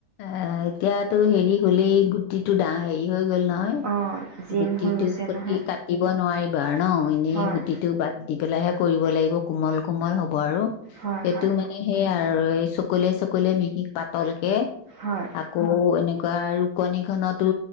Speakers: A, on the left (about 85°); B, on the right (about 75°).
A: আহ এতিয়াতো হেৰি হলেই গুটিটো ডাঙৰ হেৰি হৈ গ'ল নহয়
B: অঁ জিম
A: গুটিটো
B: হৈ গৈছে
A: সতি
B: নহয়
A: কাটিব নোৱাৰিব <unintelligible> ন এনেই
B: হয়
A: গুটিটো বাদ দি পেলাই কৰিব লাগিব কোমল কোমল হ'ব আৰু
B: হয়
A: সেইটো
B: হয়
A: মানে সেইয়াই আৰু চকলিয়াই চকলিয়াই মিহি পাতলকে
B: হয়
A: আকৌ এনেকে ৰুকনি খতো